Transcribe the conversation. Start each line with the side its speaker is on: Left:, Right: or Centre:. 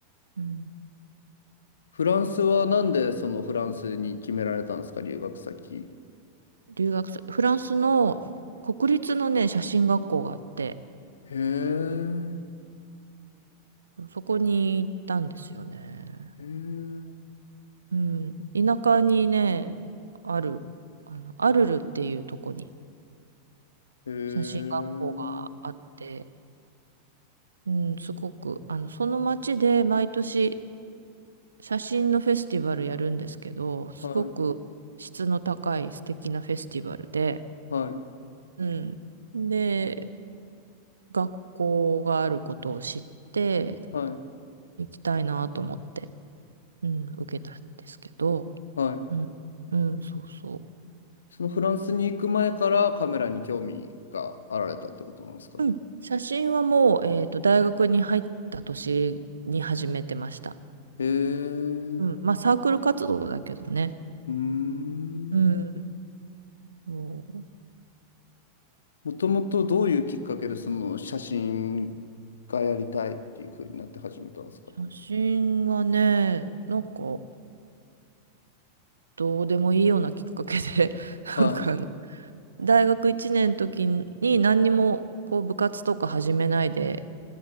Right: う。うん
Left: フランスはなんでそのフランスに決められたんですか、留学先。
Right: 留学す、フランスの国立のね、写真学校があって、
Left: へえ、
Right: そこに行ったんですよね。
Left: へえ、
Right: うん。田舎にね、ある、あの、アルルっていうとこに
Left: へえ、
Right: 写真学校があって、うん、すごく、あの、その町で毎年写真のフェスティバルやるんですけど、すごく質の高い素敵なフェスティバルで、
Left: はい、はい、
Right: うん。で、学校があることを知って、
Left: はい、
Right: 行きたいなと思って、うん、受けたんですけど、
Left: はい。
Right: うん、うん、そうそう。
Left: そのフランスに行く前からカメラに興味があられたってことなんですかね。
Right: うん写真はもう、えっと、大学に入った年に始めてました。
Left: へえ、
Right: うん。
Left: う
Right: まあ、サークル活動だけどね。
Left: ーん。
Right: うん。そう
Left: もともとどういうきっかけでその写真がやりたいっていうふうになって始めたんですか。
Right: 写真はね、なんか、どうでもいいようなきっかけで、<laughs>
Left: はい、
Right: なんかあの、大学1年の時に何にも、こう、部活とか始めないで、